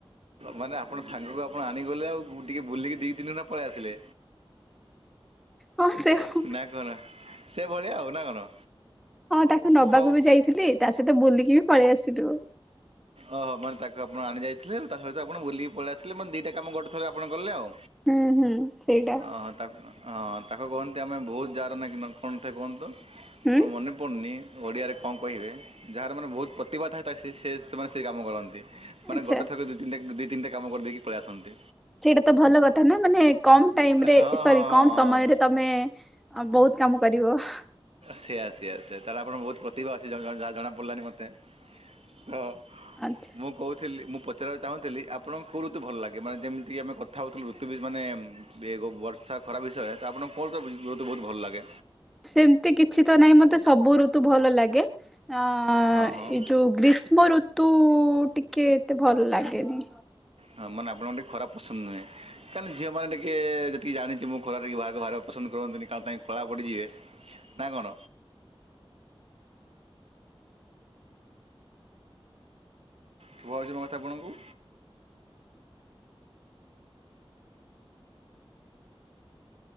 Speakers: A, on the right; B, in the centre.
A: ମାନେ ଆପଣ ସାଙ୍ଗକୁ ଆପଣ ଆଣିଗଲେ ଆଉ <unintelligible> ବୁଲିକି ଦି ତିନି ଘଣ୍ଟା ପଳେଇ ଆସିଲେ?
B: ହଁ ସେସ୍
A: ନାଁ କଣ ସେ ଭଳିଆ ଆଉ ନାଁ କଣ?
B: ତାକୁ ନବାକୁ
A: ହଉ।
B: <unintelligible> ତା ସହିତ ବୁଲିକି ବି ପଳେଇ ଆସିଲୁ।
A: ଓହୋ ମନେ ତାକୁ ଆପଣ ଆଣି ଯାଇଥିଲେ ତା ସହିତ ଆପଣ ବୁଲିକି ପଳେଇ ଆସିଲେ ମାନେ ଦିଟା କାମ ଗୋଟେ ଥରେ ଆପଣ କଲେ ଆଉ।
B: ହୁଁ ହୁଁ ସେଇଟା।
A: ହଁ ହଁ ତାକୁ ହଁ ତାକୁ କୁହନ୍ତି ଆମେ ବହୁତ ଯାହାର ନାହିଁ <unintelligible> କଣ ଥାଏ କୁହନ୍ତି ତ?
B: ହୁଁ
A: ମୋର ମନେ ପଡ଼ୁନି ଓଡ଼ିଆରେ କଣ କହିବେ ଯାହାର ମାନେ ବହୁତ ପ୍ରତିଭା ଥାଏ ତାଏ ସିଏ ସେ ସେମାନେ ସେଇ କାମ କରନ୍ତି। ମାନେ
B: ଆଚ୍ଛା।
A: ଗୋଟେ ଥର ଦୁଇ ତିନିଟା ଦୁଇ ତିନିଟା କାମ କରି ଦେଇକି ପଳେଇ ଆସନ୍ତି।
B: ସେଇଟା ତ ଭଲ କଥା ନାଁ ମାନେ କମ ଟାଇମରେଏ
A: ହଁ
B: ସରି
A: ହଁ
B: କମ
A: ହଁ ହଁ
B: ସମୟରେ ତମେ ଆଁ ବହୁତ କାମ କରିବ ହଁ।
A: ସେଆ ସେଆ ସେଆ ତାହେଲେ ଆପଣ ବହୁତ ପ୍ରତିଭା ଅଛି ଯାହା ଜଣା ଜଣା ଯାହା ଜଣା ପଡ଼ିଲାନି ମତେ। ହ
B: ଆଛା।
A: ମୁଁ କହୁଥିଲି ମୁଁ ପ ପଚାରିବାକୁ ଚାହୁଁଥିଲି ଆପଣଙ୍କୁ କୋଉ ଋତୁ ଭଲ ଲାଗେ? ମାନେ ଯେମିତି ଆମେ କଥା ହୋଉଥିଲୁ ଋତୁ ବି ମାନେ ଏ ବର୍ଷା ଖରା ବିଷୟରେ ତ ଆପଣଙ୍କୁ କେଉଁ ଋତୁ ବହୁତ ବହୁତ ଭଲ ଲାଗେ?
B: ସେମିତି କିଛି ତ ନାହିଁ ମତେ ସବୁ ଋତୁ ଭଲ ଲାଗେ। ଅ ଏଇ
A: ହଁ ହଁ
B: ଯୋଉ ଗ୍ରୀଷ୍ମ ଋତୁ ଟିକେ ଏତେ ଭଲ ଲାଗେନି।
A: ହଁ ମାନେ ଆପଣଙ୍କୁ ଟି ଖରା ପସନ୍ଦ ନୁହେଁ? <unintelligible> ମାନେ ଝିଅ ମାନେ ଟିକେ ଯେତିକି ଜାଣିଛି ମୁଁ ଖରାରେ ଟିକେ ବାହାରକୁ ବାହାରିବାକୁ ପସନ୍ଦ କରନ୍ତିନି <unintelligible> ପାଇଁ କଳା ପଡ଼ିଯିବେ। ନାଁ କଣ? ଶୁଭା ଯାଉଛି ମୋ କଥା ଆପଣଙ୍କୁ?